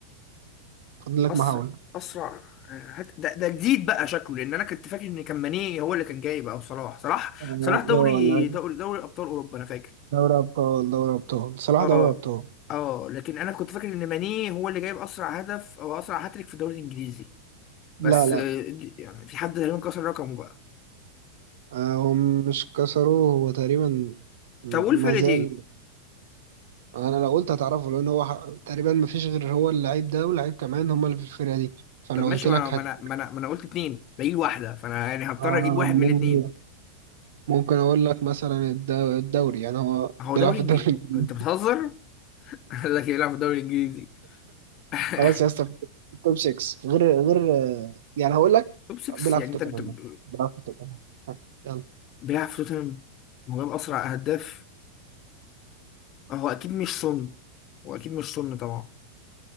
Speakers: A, on the right; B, on the left.
A: فاضل لك
B: اسرع
A: محاولة
B: اسرع هات ده ده جديد بقى شكله لان انا كنت فاكر ان كان ماني هو اللي كان جاي بقى وصلاح صلاح
A: اه
B: صلاح دوري
A: آه، لا
B: دوري دوري ابطال اوروبا انا فاكر
A: دوري أبطال دوري أبطال صلاح
B: اه
A: دوري أبطال
B: اه لكن انا كنت فاكر ان ماني هو اللي جايب اسرع هدف او اسرع هاتريك في الدوري الانجليزي بس
A: لا لا
B: آه، دي- يعني في حد تقريبا كسر رقمه بقى
A: آه، هم مش كسروه هو تقريبا
B: طب قول
A: ما
B: فرقة
A: زال
B: ايه
A: انا لو قلت هتعرفه لان هو ح- تقريبا ما فيش غير هو اللعيب ده واللعيب كمان هم اللي في الفرقه دي فلو
B: طب ماشي
A: قلت
B: ما
A: لك
B: انا ما
A: هت...
B: انا ما انا ما أنا قلت اتنين باقي واحدة فانا يعني هضطر
A: آه،
B: اجيب واحد
A: ممكن
B: من الاتنين
A: ممكن اقول لك مثلا الد- الدوري يعني هو
B: هو
A: بيلعب
B: دوري
A: في الدوري
B: انجليزي
A: الانجليزي
B: انت بتهزر؟ <laughs> لكن يلعب في الدوري الانجليزي <laughs>
A: خلاص يا اسطى توب 6 غير غير آه، يعني هقول لك
B: توب 6
A: بيلعب
B: يعني
A: في توتنهام
B: انت بت-
A: بيلعب في توتنهام ها، يلا
B: بيلعب في توتنهام وجاب اسرع اهداف هو اكيد مش سون هو اكيد مش سون طبعا